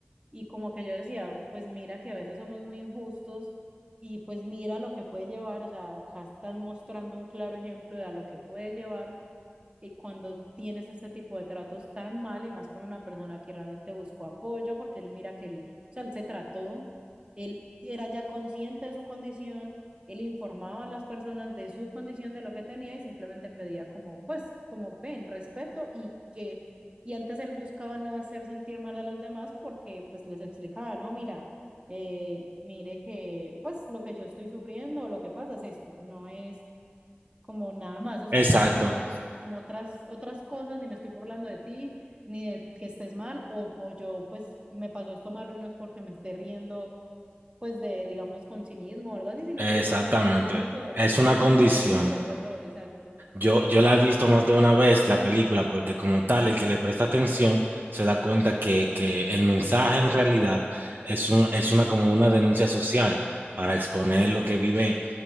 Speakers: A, on the right; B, on the right.
A: y como que yo decía, pues mira que a veces somos muy injustos y pues mira lo que puede llevar, o sea, acá están mostrando un claro ejemplo de a lo que puede llevar y cuando tienes este tipo de tratos tan mal y más con una persona que realmente buscó apoyo, porque él mira que él, o sea, él se trató, él era ya consciente de su condición, él informaba a las personas de su condición, de lo que tenía y simplemente pedía como, pues, como ven, respeto y que, y antes él buscaba no hacer sentir mal a los demás porque pues les explicaba, no, mira, eh, mire que pues lo que yo estoy sufriendo o lo que pasa es esto, no es como nada más, o
B: exacto,
A: sea, no es como, como otras, otras cosas, ni me estoy burlando de ti, ni de que estés mal, o, o yo pues me pasó esto malo y no es porque me esté riendo pues de, digamos, con cinismo o algo así, sino
B: exactamente.
A: que pues es mi forma,
B: Es
A: es mi
B: una
A: forma
B: condición.
A: de transmitir el dolor, exacto.
B: Yo, yo la he visto más de una vez la película, porque como tal, el que le presta atención se da cuenta que, que el mensaje en realidad es un, es una como una denuncia social para exponer lo que vive